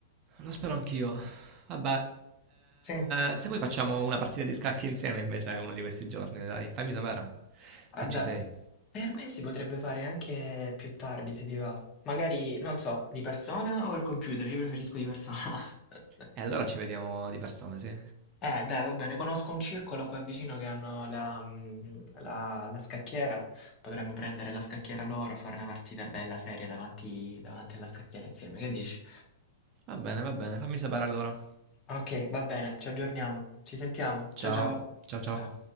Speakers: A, on the right; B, on the left.
A: Lo spero anch'io. Vabbè,
B: Sì.
A: eh, se vuoi facciamo una partita di scacchi insieme invece uno di questi giorni, dai. Fammi sapere
B: Guarda,
A: se ci sei.
B: per me si potrebbe fare anche più tardi se ti va. Magari, non so, di persona o il computer? Io preferisco di persona. <laughs>
A: E allora ci vediamo di persona, sì.
B: Eh, dai, va bene, conosco un circolo qua vicino che hanno la, mm, la- la scacchiera. Potremmo prendere la scacchiera loro, fare una partita bella seria davanti, davanti alla scacchiera insieme. Che dici?
A: Va bene, va bene, fammi sapere allora.
B: Ok, va bene, ci aggiorniamo. Ci sentiamo. Ciao
A: Ciao,
B: ciao.
A: ciao ciao.
B: Ciao.